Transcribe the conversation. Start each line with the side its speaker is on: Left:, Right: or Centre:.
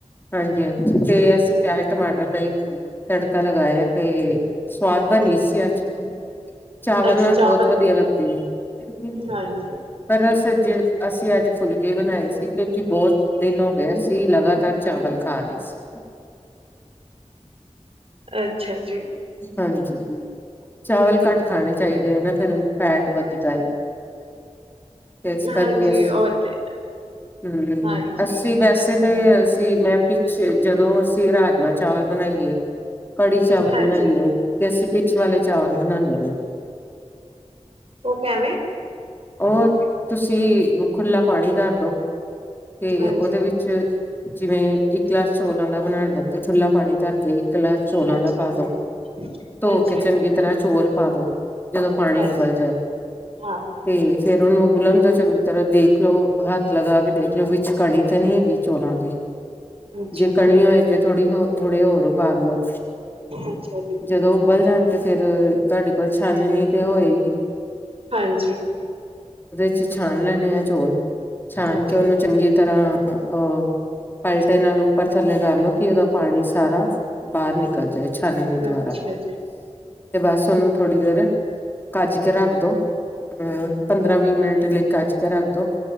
Left: ਹਾਂਜੀ-ਹਾਂਜੀ ਤੇ ਅਸੀਂ ਪਿਆਜ, ਟਮਾਟਰ ਦਾ ਹੀ ਤੜਕਾ ਲਗਾ ਤੇ ਸਵਾਦ ਬਣੀ ਸੀ ਅੱਜ। ਚਾਵਲ
Right: ਅੱਛਾ
Left: ਨਾਲ
Right: ਚਾਵਲ
Left: ਬਹੁਤ ਵਧੀਆ ਲੱਗਦੀ ਹੈ
Right: ਹਾਂਜੀ
Left: ਪਰ ਅ ਜੇ ਅਸੀਂ ਅੱਜ ਫੁਲਕੇ ਬਣਾਏ ਸੀ। ਬਹੁਤ ਦਿਨ ਹੋ ਗਏ ਸੀ ਲਗਾਤਾਰ ਚਾਵਲ ਖਾ ਰਹੇ ਸੀ।
Right: ਅੱਛਾ ਜੀ।
Left: ਹਾਂਜੀ ਚਾਵਲ ਘੱਟ ਖਾਣੇ ਚਾਹੀਦੇ ਆ ਨਾ ਫੇਰ ਫੈਟ ਵੱਧਦਾ ਇਸ
Right: ਹਾਂਜੀ
Left: ਕਰਕੇ ਅਸੀ
Right: ਉਹ ਤੇ
Left: ਹਮ
Right: ਹਾਂਜੀ
Left: ਅੱਸੀ ਵੈਸੇ ਤੇ ਅਸੀਂ ਮੈਂ ਪਿੱਛੇ ਜਦੋਂ ਅਸੀਂ ਰਾਜਮਾਂ-ਚਾਵਲ ਬਣਾਈਏ। ਕੜੀ-ਚਾਵਲ
Right: ਹਾਂਜੀ
Left: ਬਣਾਈਏ ਤੇ ਸੀ ਪਿਚ ਵਾਲੇ ਚਾਵਲ ਬਨਾਨੇ ਹਮ
Right: ਉਹ ਕੈਵੇ?
Left: ਉਹ ਤੁਸੀਂ ਖੁਲਾ ਪਾਣੀ ਧਾਰ ਦੋ ਤੇ
Right: ਹਾਂਜੀ
Left: ਉਹਦੇ ਵਿੱਚ ਜਿਵੇਂ ਇੱਕ ਗਲਾਸ ਚੋਲਾਂ ਦਾ ਬਣਾਉਣਾ ਤੇ ਖੁੱਲਾ ਪਾਣੀ ਧਰ ਕੇ ਗਲਾਸ ਚੋਲਾਂ
Right: ਅੱਛਾ
Left: ਦਾ ਪਾ
Right: ਜੀ
Left: ਦੋ, ਧੋ
Right: ਅੱਛਾ
Left: ਕੇ ਚੰਗੀ
Right: ਜੀ
Left: ਤਰ੍ਹਾਂ ਚੋਲ। ਪਾ ਦੋ। ਜਦੋਂ ਪਾਣੀ
Right: ਅੱਛਾ
Left: ਉਬਲ ਜਾਏ।
Right: ਹਾਂ ਹਾਂ
Left: ਤੇ ਫੇਰ ਉਹਨੂੰ ਉਬੁਲਣ ਤੋਂ ਚੰਗੀ ਤਰ੍ਹਾਂ ਦੇਖਲਓ ਹੱਥ ਲਗਾ ਕੇ ਦੇਖਲ ਵਿੱਚ ਕਣੀ ਤਾਂ ਨਹੀਂ ਹੈਗੀ ਚੋਲਾਂ ਦੀ।
Right: ਅੱਛਾ,
Left: ਜੇ ਕਣੀ ਹੋਏ ਤੇ ਥੋੜੀ ਹੋ ਥੋੜੇ ਹੋਰ ਉਬਾਲ ਲੋ
Right: ਅੱਛਾ ਜੀ,
Left: ਜਦੋਂ ਉਬਲ ਜਾਂ ਤੇ ਫੇਰ ਤੁਹਾਡੇ ਕੋਲ ਛਾਨਨੀ ਤੇ ਹੋਏਗੀ।
Right: ਹਾਂਜੀ
Left: ਵਿੱਚ ਛਾਣ ਲੈਣੇ ਆ ਚੋਲ ਛਣ
Right: ਅੱਛਾ
Left: ਕੇ ਉਹਨੂੰ
Right: ਜੀ।
Left: ਚੰਗੀ ਤਰ੍ਹਾਂ ਉਹ ਪਲਟੇ ਨਾਲ ਉੱਪਰ ਥੱਲੇ ਕਰਲਓ ਕਿ ਉਹਦਾ ਪਾਣੀ ਸਾਰਾ ਬਾਹਰ ਨਿਕਲ ਜਾਏ ਛਾਨਨੀ ਦੁਆਰਾ
Right: ਅੱਛਾ ਜੀ,
Left: ਤੇ ਬਸ ਉਹਨੂੰ ਥੋੜ੍ਹੀ ਦੇਰ ਕੱਜ ਕੇ ਰੱਖ ਦੋ ਅਮ ਪੰਦਰਾਂ ਵੀਹ ਮਿੰਟ ਲਈ ਕਚ ਕੇ ਰੱਖ ਦੋ